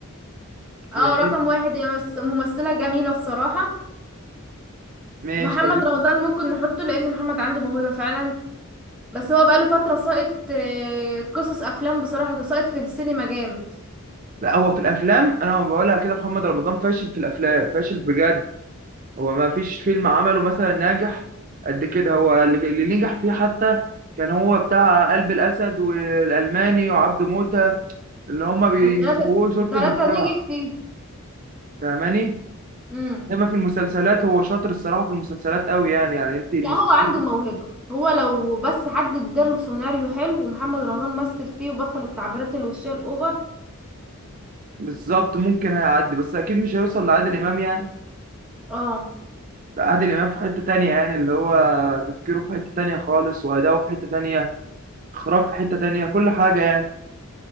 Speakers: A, in the centre; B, on the right.
A: اه
B: يعني ايه
A: رقم واحد هي مس- ممثله جميله الصراحه
B: ماشي
A: محمد
B: طب
A: رمضان ممكن نحطه لان محمد عنده موهبه فعلا بس هو بقاله فترة ساقط آه، قصص أفلام بصراحة ساقط في السينما جامد
B: لا هو في الافلام انا ما بقولها كده محمد رمضان فاشل في الافلام فاشل بجد هو ما فيش فيلم عمله مثلا ناجح قد كده هو اللي اللي نجح فيه حتى كان هو بتاع قلب الاسد والالماني وعبد موتة اللي هما بيسووا
A: والتلاتة
B: صورة
A: التلاتة
B: المجتمع
A: نجح فيه
B: فاهماني
A: مم.
B: انما في المسلسلات هو شاطر الصراحة في المسلسلات قوي يعني يعني انت المسلسلات
A: لا هو عنده موهبة هو لو بس حد اداله سيناريو حلو ومحمد رمضان مثل فيه وبطل التعبيرات الوشية الأوفر
B: بالظبط ممكن هيعدي بس اكيد مش هيوصل لعادل امام يعني
A: اه
B: لا عادل إمام في حتة تانية يعني اللي هو تفكيره في حتة تانية خالص وأداؤه في حتة تانية إخراج في حتة تانية كل حاجة يعني